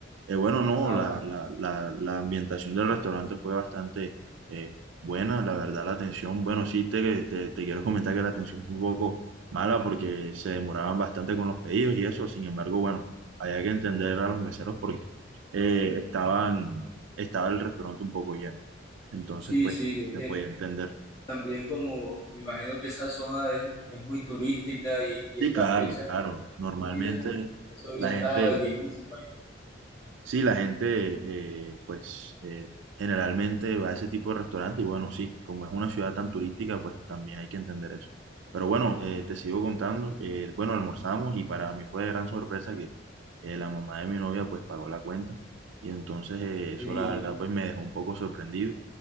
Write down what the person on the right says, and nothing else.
Eh, bueno, no,
la, la- la- la ambientación del restaurante fue bastante eh, buena, la verdad, la atención, bueno, sí, te, te, te quiero comentar que la atención fue un poco mala porque se demoraban bastante con los pedidos y eso, sin embargo, bueno, había que entender a los meseros porque eh, estaban, estaba el restaurante un poco lleno, entonces,
pues,
se
podía entender.
Sí,
claro,
claro, normalmente
la
gente...
Sí, la gente, eh, pues, eh, generalmente va a ese tipo de restaurante y bueno, sí, como es una ciudad tan turística, pues también hay que entender eso. Pero bueno, eh, te sigo contando. eh, bueno, almorzamos y para mí fue de gran sorpresa que eh, la mamá de mi novia, pues, pagó la cuenta. Y entonces eh, eso,
la verdad, pues, me dejó un poco sorprendido,